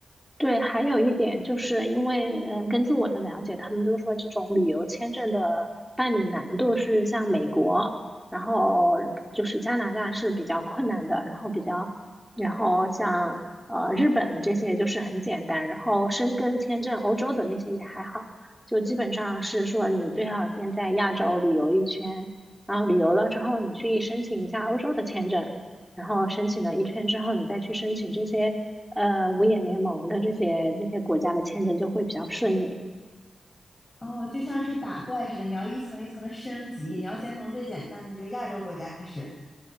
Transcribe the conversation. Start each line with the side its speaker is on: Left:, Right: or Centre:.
Centre: 对，还有一点就是因为，嗯，根据我的了解，他们都说这种旅游签证的办理难度是像美国，然后就是加拿大是比较困难的，然后比较，然后像呃日本这些就是很简单，然后申根签证欧洲的那些也还好，就基本上是说你最好先在亚洲旅游一圈，然后旅游了之后你去申请一下欧洲的签证。然后申请了一圈之后，你再去申请这些呃五眼联盟的这些这些国家的签证就会比较顺利。
Left: 哦，就像是打怪似的，你要一层一层的升级，你要先从最简单的就是亚洲国家开始。